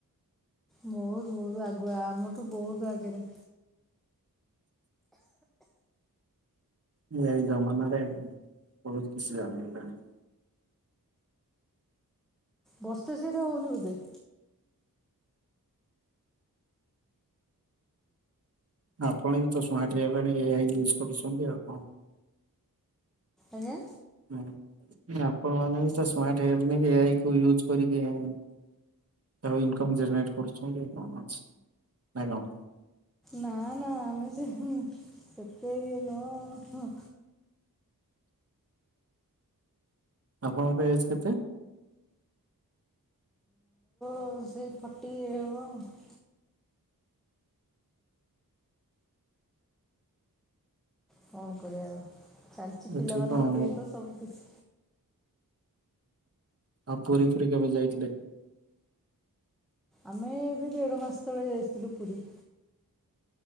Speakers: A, in the centre; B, on the right.
A: ବୋହୁତ୍ ବୋହୁତ୍ ଆଗୁଆ ଆମଠୁ ବୋହୁତ୍ ଆଗେରେ।
B: ଏଇ ଜମାନାରେ ବହୁତ୍ କିଛି ଜାଣିଗଲେଣି।
A: ବର୍ଷା ସିଆଡେ ହୋଉନି ବୋଧେ?
B: ଆପଣ ବି ତ ସ୍ମାର୍ଟ୍ ହେଇଗଲେଣି ଏ ଆଇ ୟୁଜ୍ କରୁଛନ୍ତି ଆଉ କଁ।
A: ଆଜ୍ଞା।
B: ହୁଁ ଆପଣ ମାନେ ବି ତ ସ୍ମାର୍ଟ ହେଇଗଲେଣି ଏ ଆଇ କୁ ୟୁଜ୍ କରିକି ଆଉ। ତ ଇନକମ୍ ଜେନେରେଟ୍ କରୁଚନ୍ତି କଣ ଅଛି ନାଁ କଣ?
A: ନାଁ ନାଁ ଆମେ ସେ, ସେତେ ଇଏ ନୁହଁ।
B: ଆପଣଙ୍କର ଏଜ୍ କେତେ?
A: ଓ ସେ ଫଟି ଏ ହବ। କଣ କରିବା ଆଉ ଚାଲିଚି
B: ଏଠି
A: ପିଲାମାନଙ୍କ
B: କଣ ହବ
A: ପାଇଁ ତ ସବୁ କିିଛି।
B: ଆଉ ପୁରୀ ଫୁରୀ କେବେ ଯାଇଥିଲେ?
A: ଆମେ ଏବେ ଦେଢ ମାସ ତଳେ ଯାଇଥିଲୁ ପୁରୀ।